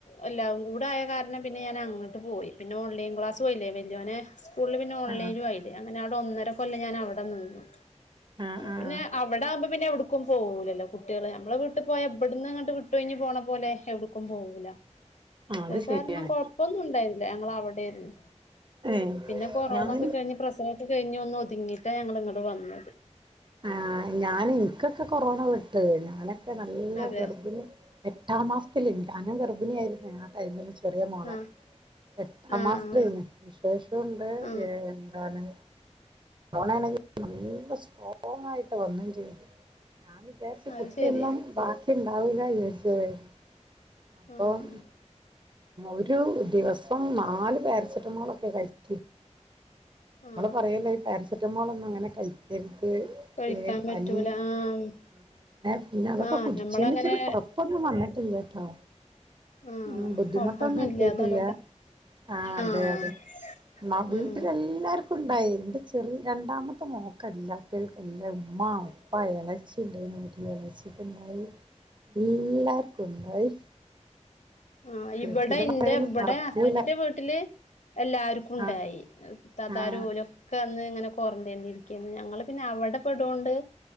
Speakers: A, on the left; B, on the right.
A: എല്ലും കൂ ടായ കാരണം പിന്നെ ഞാന് അങ്ങോട്ട് പോയി പിന്നെ ഓൺലൈൻ ക്ലാസും ആയിലെ വലിയോനെ സ്കൂളില് പിന്നെ ഓൺലൈനും
B: ആഹ്
A: ആയില്ലേ അങ്ങനെ അവിടെ ഒന്നര കൊല്ലം ഞാൻ അവിടെ നിന്നു
B: ആഹ് ആഹ് ആഹ്
A: പിന്നെ അവിടെ ആവുമ്പോ പിന്നെ എവിടേക്കും പോവൂല്ലല്ലോ കുട്ടികള് ഞമ്മളെ വീട്ടിൽ പോയാ ഇവിടുന്ന് അങ്ങട്ട് വിട്ട കഴിഞ്ഞു പോണപോലെ എവിടുക്കും പോവൂ ല്ല
B: ആഹ്
A: അത്
B: ശരിയാണ്
A: കാരണം കൊഴപ്പൊന്നും ഉണ്ടായില്ല ഞങ്ങള് അവിടെയായിരുന്നു
B: ഏഹ്
A: പിന്നെ കൊറോണ
B: ഞാന്
A: ഒക്കെ കഴിഞ്ഞ് പ്രസവവൊക്കെ കഴിഞ്ഞ് ഒന്ന് ഒതുങ്ങിട്ടാ ഞങ്ങള് ഇങ്ങട് വന്നത്
B: ആ ഞാന് എനിക്കൊക്കെ കൊറോണ വിട്ട് ഞാന നല്ല
A: അതെ
B: ഗർഭിണി എട്ടാം മാസത്തിലെ ഞാനും ഗർഭിണിയായിരുന്നെ ആ ടൈമില് ചെറിയ മോളെ
A: ആഹ്
B: എട്ടാം
A: ആഹ്
B: മാസത്തിലേ
A: ആഹ്
B: വിശേഷം ഉണ്ട്
A: ആഹ്
B: ഏ എന്താണ് കൊറോണ ആണെങ്കി നല്ല സ്ട്രോങ്ങായിട്ട് വന്നും ചെയ്തു ഞാൻ വിചാരിച്ച്
A: അത്
B: കുട്ടിയൊന്നും
A: ശരി
B: ബാക്കി ഉണ്ടാവൂല്ല വിചാരിച്ചതായിരുന്നു അപ്പം
A: ആഹ്
B: ഒരു ദിവസം നാല് പാരസെറ്റമോൾ ഒക്കെ കഴിച്ചി
A: ആഹ്
B: നമ്മൾ പറയൂല്ലോ ഈ പാരസെറ്റമോൾ ഒന്നും അങ്ങനെ കഴിക്കരുത്
A: കഴിക്കാൻ
B: ഏ ഏ പനി
A: പറ്റൂല
B: പിന്നെ
A: ആഹ്
B: പിന്നെ അതൊക്കെ
A: ആഹ്
B: കുടിച്ചുന്ന്
A: ഞമ്മളങ്ങനെ
B: വച്ചിട്ട് കുഴപ്പമൊന്നും വന്നിട്ടില്ലാട്ടോ
A: ആഹ്
B: ഉം ബുദ്ധിമുട്ടൊന്നും
A: കൊഴപ്പൊന്നും
B: എത്തിട്ടില
A: ഇല്ലാതാവട്ടെ
B: ആ അതെ
A: ആഹ്
B: അതെ മ വീട്ടില്
A: ഉം
B: എല്ലാർക്കും ഉണ്ടായി എന്റെ ചെറിയ രണ്ടാമത്തെ മോക്കല്ലാത്തവർക്കെല്ലാം ഉമ്മ ഉപ്പ ഇളച്ചി ഉണ്ടായിനു എൻ്റെ ഇളച്ചിക്ക് ഉണ്ടായി എല്ലാർക്കും ഉണ്ടായി
A: ആ
B: ശരിക്കും
A: ഇവിടെ എൻ്റെ
B: പറയുകയാണെങ്കിൽ
A: ഇവിടെ
B: മറക്കൂല
A: ഹസ്ബന്റിന്റെ വീട്ടില് എല്ലാർക്കും ഉണ്ടായി
B: ആ
A: തത്താരു
B: ആ
A: പോലൊക്കെ അന്ന് ഇങ്ങനെ ക്വാറന്റൈനരിക്ക ഞങ്ങള് പിന്നെ അവിടെ പെടോണ്ട്